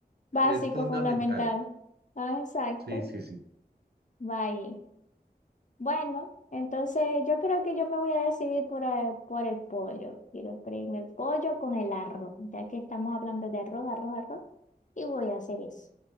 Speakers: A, on the left; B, on the right.
A: Básico,
B: es fundamental.
A: fundamental. Ah, exacto.
B: Sí, sí, sí.
A: Va ahí. Bueno, entonces yo creo que yo me voy a decidir por, eh, por el pollo. Quiero freírme el pollo con el arroz, ya que estamos hablando de arroz, arroz, arroz. Y voy a hacer eso.